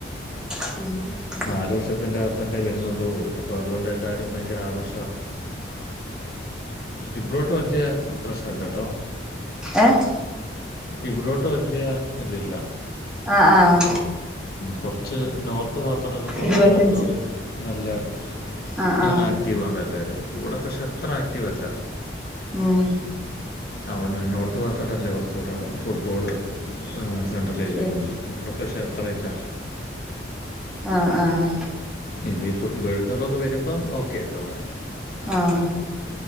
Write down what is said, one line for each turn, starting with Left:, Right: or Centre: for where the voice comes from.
Centre: <inaudible>
Left: നാല് വർഷത്തിൻ്റെ അകത്തല്ലേ വരുന്നൊള്ളൂ അപ്പോഅതുകൊണ്ട് എല്ലാരും ഭയങ്കര ആഘോഷാ- ഇബ്രോട്ട് മറ്റേ പ്രശ്നല്ലാട്ടോ.
Centre: ഏഹ്
Left: ഇവ്ടോട്ട് വെല്യ ഇതില്ല.
Centre: അ ആഹ്‌
Left: കൊറച്ച് നോർത്ത് ഭാഗത്തോട്ടൊക്കെ പോകുന്ന
Centre: ഇരുപത്തഞ്ച്
Left: സമയത്ത് നല്ല അ
Centre: ആഹ് ആഹ്
Left: ആക് ആക്റ്റീവാണെല്ലാരും ഇവടെ പഷെ അത്ര ആക്റ്റീവല്ല.
Centre: ഉം
Left: അവണ് നോർത്ത് ഭാഗത്തോട്ടല്ലേ കൊറച്ചുടെ ഫുട്ബോള്- ആഹ്‌ സെൻട്രൽ ചെയ്തേക്ക്‌ന്നെ
Centre: ശരി
Left: ഇവിടെ പക്ഷെ അത്രെയില്ലാ.
Centre: അ ആഹ്‌
Left: ഇത് ഇപ്പൊ വേൾഡ് കപ്പൊക്കെ വെരുമ്പം ഓക്കെയാണ് ഇവടെ.
Centre: ആഹ്‌